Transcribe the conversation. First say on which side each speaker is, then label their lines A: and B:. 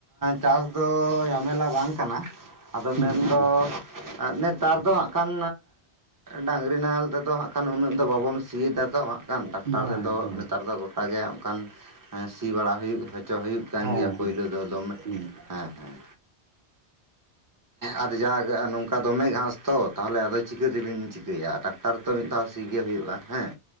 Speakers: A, on the right; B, on the right.
A: ᱪᱟᱥ ᱫᱚ ᱡᱷᱟᱢᱮᱞᱟ ᱵᱟᱝ ᱠᱟᱱᱟ ᱟᱫᱚ ᱢᱮᱱᱫᱚ
B: ᱦᱩᱸ ᱦᱩᱸ
A: ᱟᱨ ᱱᱮᱛᱟᱨ ᱫᱚ ᱦᱟᱸᱜ ᱠᱷᱟᱱ ᱰᱟᱹᱝᱨᱤ ᱱᱟᱦᱮᱞ ᱛᱮᱫᱚ ᱦᱟᱸᱜ ᱠᱷᱟᱱ ᱩᱱᱟᱹᱜ ᱫᱚ ᱵᱟᱵᱚᱱ ᱥᱤᱭ ᱫᱟᱛᱚ ᱦᱟᱸᱜ ᱠᱷᱟᱱ ᱴᱟᱠᱼᱼᱼ
B: ᱦᱮᱸ
A: ᱴᱟᱨ ᱛᱮᱫᱚ
B: ᱦᱮᱸ
A: ᱱᱮᱛᱟᱨ ᱫᱚ ᱜᱚᱴᱟᱜᱮ ᱚᱱᱠᱟᱱ ᱦᱮᱸ ᱥᱤ ᱵᱟᱲᱟ ᱦᱩᱭᱩᱜ ᱦᱚᱪᱚ ᱦᱩᱭᱩᱜ ᱠᱟᱱ
B: ᱦᱮᱸ ᱦᱮᱸ
A: ᱜᱮᱭᱟ ᱯᱳᱭᱞᱳ ᱫᱚ ᱫᱚᱢᱮ
B: ᱦᱩᱸ
A: ᱦᱮᱸ ᱟᱨ ᱡᱟ ᱱᱚᱝᱠᱟ ᱫᱚᱢᱮ ᱜᱷᱟᱥ ᱛᱚ ᱛᱟᱦᱚᱞᱮ ᱟᱫᱚ ᱪᱤᱠᱟᱹ ᱛᱮᱵᱤᱱ ᱪᱤᱼᱼ ᱪᱤᱠᱟᱹᱭᱟ ᱴᱟᱠᱴᱟᱨ ᱛᱚ ᱢᱤᱫ ᱫᱷᱟᱣ ᱥᱤᱜᱮ ᱦᱩᱭᱩᱜ-ᱟ ᱦᱮᱸ